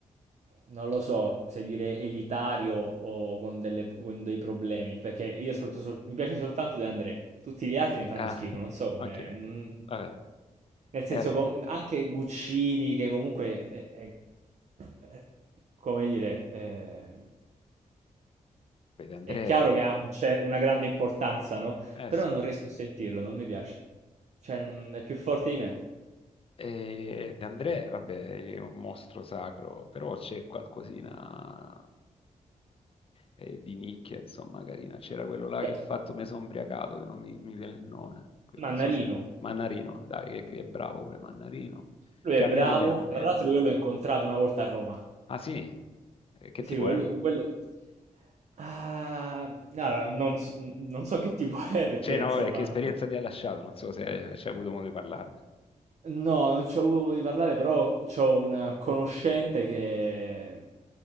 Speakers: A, on the right (about 50°); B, on the left (about 40°).
A: non lo so se dire elitario o con, delle- con dei problemi, perché io ascolto sol- mi piace soltanto De André, tutti gli altri mi fanno
B: Ah,
A: schifo, non so
B: ok,
A: come... mm,
B: vabbè.
A: Nel senso,
B: Eh,
A: com- anche Guccini, che comunque è, è- è- come dire, è,
B: beh, De André,
A: è chiaro che ha un cer- una grande importanza, no?
B: eh
A: Però
B: sì.
A: non riesco a sentirlo, non mi piace. Cioè, non- è più forte di me.
B: Eh, De André, vabbè, è un mostro sacro, però c'è qualcosina eh, di nicchia, insomma, carina. C'era quello là
A: Cioè,
B: che ha fatto Me son ubriacato, che non mi, mi viene il nome, che non
A: Mannarino,
B: so se... Mannarino, dai, che, che è bravo pure Mannarino.
A: lui
B: Cioè,
A: è bravo,
B: a me, almeno... a me-
A: tra l'altro
B: ehm,
A: io l'ho incontrato una volta a Roma.
B: Ah sì? Eh, Che
A: Eh
B: tipo
A: Sì, quello...
B: è?
A: quello- Ah, allora, non, s- non so che tipo è perché,
B: Cioè, no,
A: insomma,
B: vabbè, che esperienza ti ha lasciato? Non so se hai c'hai avuto modo di parlarne.
A: no, non ci ho avuto modo di parlare, però c'ho una conoscente che